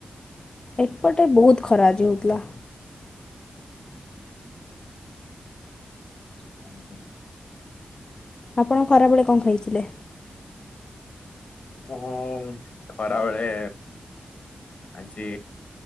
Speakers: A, on the left; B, on the left.
A: ଏପଟେ ବହୁତ ଖରାଆଜି ହଉଥିଲା।
B: <unintelligible>
A: ଆପଣ ଖରାବେଳେ କଁ ଖାଇଥିଲେ?
B: ମୁଁ ଖରାବେଳେ ଆଜି